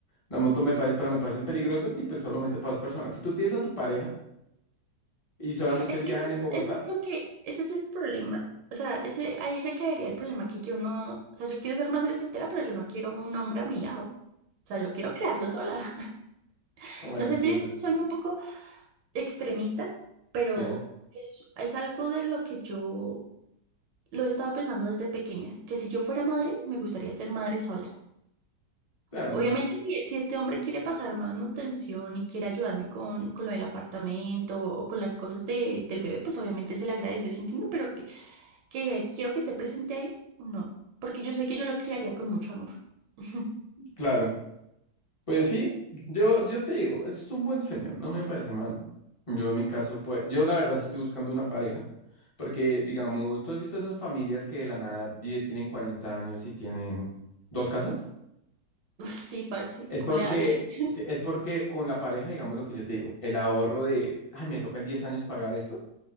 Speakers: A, on the left; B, on the right.
A: Las motos me parecen, pero me parecen peligrosas y pues solamente para dos personas. Si tú tienes a tu pareja y solamente
B: Es
A: viajan
B: que eso es,
A: en Bogotá,
B: eso es lo que, ese es el problema. O sea, ese, ahí recaería el problema que yo no, o sea, yo quiero ser madre soltera, pero yo no quiero un hombre a mi lado. O sea, yo quiero crearlo sola. <laughs>
A: bueno,
B: No sé
A: entiendo.
B: si es un sueño un poco extremista, pero
A: Sí,
B: es, es algo de lo que yo lo he estado pensando desde pequeña, que si yo fuera madre, me gustaría ser madre sola.
A: claro,
B: Obviamente, si, si este hombre quiere pasar manutención y quiere ayudarme con, con lo del apartamento o con las cosas de, del bebé, pues obviamente se le agradece, ¿sí entiendo? Pero que que quiero que esté presente ahí, no, porque yo sé que yo lo criaría con mucho amor. <laughs>
A: claro. Pues sí, yo, yo te digo, eso es un buen sueño, no me parece mal. Yo en mi caso, pues, yo la verdad sí estoy buscando una pareja, porque digamos, tú has visto esas familias que de la nada die- tienen 40 años y tienen dos casas.
B: Uy, Sí, parce,
A: Es
B: ¿cómo
A: porque,
B: le hacen?
A: sí, es porque con la pareja, digamos lo que yo te digo, el ahorro de, ay, me toca en 10 años pagar esto,